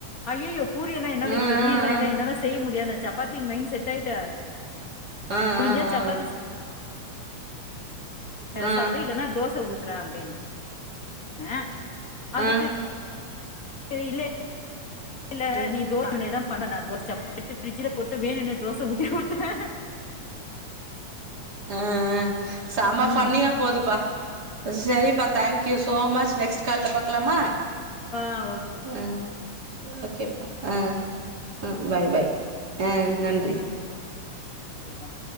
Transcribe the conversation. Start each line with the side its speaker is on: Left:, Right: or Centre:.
Left: ஐயயோ பூரியல்லா என்னால
Right: ஆ
Left: இப்ப எண்ணியல்லா
Right: ஆ
Left: இல்ல என்னால செய்ய முடியாது நா சப்பாத்தின் மைண் செட் ஆய்ட்ட
Right: ஆ
Left: முடிஞ்சா சப்பாத்திஸ்
Right: ஆ
Left: அல
Right: ஆ ஆ ஆ
Left: சாப்டு இல்லனா தோச ஊத்துற அப்டின் ன அதுக்கு
Right: ஆ
Left: இல்ல இல்ல
Right: ம்
Left: நீ தோசநேதா பண்ணுண தோஸ்சாப்பு எட்த்து பிரிஜுல போட்டு வேணுனே தோஸ் த ஊத்தி குட்த்தே
Right: அ அ சம
Left: ம்
Right: ஃபண்ணியா போதுப்பா ப்ப சரிப்பா தேங்க்யூ சோமச் நெக்ஸ்ட்டு கால்ல பாக்லாமா
Left: ஆ
Right: அ ஓகேப்பா ஆ அ பாய் பாய் அ நன்றி
Left: இது மேம்